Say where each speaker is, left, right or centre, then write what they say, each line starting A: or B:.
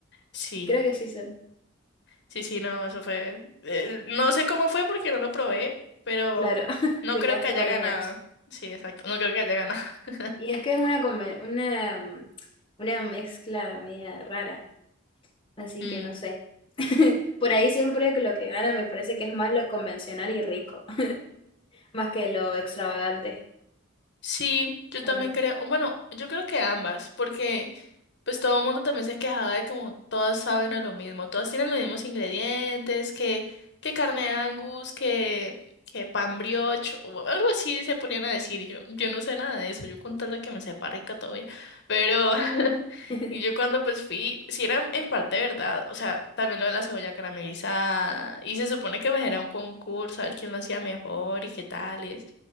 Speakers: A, on the left (about 55°); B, on the left (about 25°).
A: Sí,
B: Creo que sí son.
A: sí, sí, no, eso fue. eh, no sé cómo fue porque no lo probé, pero
B: Claro, <laughs>
A: no
B: te
A: creo
B: quedaste
A: que haya
B: con
A: ganado.
B: las ganas.
A: Sí, exacto, no creo que haya ganado. <laughs>
B: Y es que es una, conve- una, mm, una mezcla media rara, así
A: Mm,
B: que no sé. <laughs> Por ahí siempre que lo que gana me parece que es más lo convencional y rico, <laughs> más que lo extravagante,
A: Sí, yo también
B: ¿o no?
A: creo. Bueno, yo creo que ambas, porque. Pues todo el mundo también se quejaba de como todas saben a lo mismo, todas tienen los mismos ingredientes, que, que carne de Angus, que, que pan brioche, o algo así se ponían a decir, y yo, yo no sé nada de eso, yo con tal de que me sepa rica todavía, pero, <laughs>
B: <laughs>
A: y yo cuando pues fui, si era en parte verdad, o sea, también lo de la cebolla caramelizada, y se supone que pues era un concurso, a ver quién lo hacía mejor y qué tales,